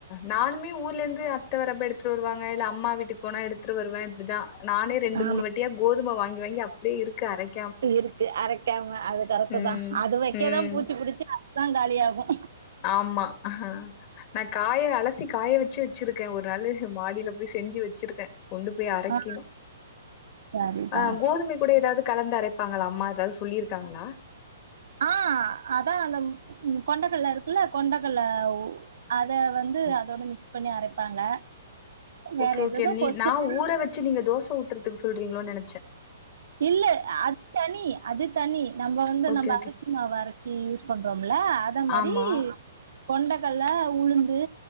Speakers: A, on the left (about 35°); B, on the right (about 75°).
A: நானுமே ஊர்ல இருந்து அத்த வரப்ப எடுத்துட்டு வருவாங்க இல்ல அம்மா வீட்டுக்கு போனா எடுத் துட்டு வருவே இப்டிதா நானே ரெண்டு
B: ஆமா
A: மூணு வட்டியா கோதும வாங்கி வாங்கி அப்டியே இருக்கு அரைக்
B: க இருக்கு அரைக்காம அது கரெக்ட்
A: ம்
B: தா அது வைக்கதா
A: ம்
B: பூச்சி புடிச்சி இதா காலியாகு
A: ஆமா ஆ நா காய அலசி காய வச்சு வச்சிருக்கே ஒரு நாளு மாடில போய் செஞ்சு வச்சிருக்கே கொண்டு போய் அரைக்கிணு
B: ஆ சரிதான்
A: அ கோதுமை கூட எதாவுது கலந்து அரைப்பாங்ளா அம்மா எதாவுது சொல்லியிருக்காங்ளா
B: ஆ அதா அந்த கொண்டக்கல்ல இருக்குல்ல கொண்டக்கல்ல அத வந்து
A: ம்.
B: அதோட மிக்ஸ் பண்ணி அரைப்பாங்க வேற
A: ஓகே ஓகே
B: ஏதோ
A: நீ
B: கொஸ்டின்
A: நா ஊர வச்சு நீங்க தோச ஊத்துறதுக்கு சொல்றீங்களோ நெனைச்சே
B: இல்ல அது தனி அது தனி நம்ம வந்து
A: ஓகே
B: நம்ம
A: ஓகே
B: அரிசி மாவு அரச்சி யூஸ் பண்றோம்ல அத மாரி
A: ஆமா
B: கொண்டகள்ல உளுந்து